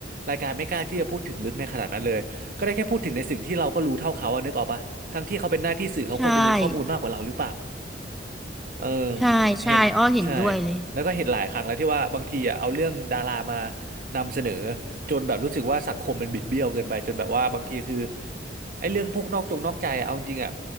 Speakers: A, on the right; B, in the centre.
A: รายการไม่กล้าที่จะพูดถึงลึกในขนาดนั้นเลยก็ได้แค่พูดถึงในสิ่งที่เราก็รู้เท่าเขาอะนึกออกปะทั้งที่เขาเป็นหน้าที่สื่อเขาควรจะมีข้อมูลมากกว่าเราหรือเปล่า
B: ใช่
A: เออ
B: ใช่ใช่อ้อเห็นด้วยเลย
A: เห็นใช่แล้วก็เห็นหลายครั้งแล้วที่ว่าบางทีอ่ะเอาเรื่องดารามานำเสนอจนแบบรู้สึกว่าสังคมมันบิดเบี้ยวเกินไปจนแบบว่าบางทีคือไอ้เรื่องพวกนอกจงนอกใจอะเอาจริงๆอ่ะ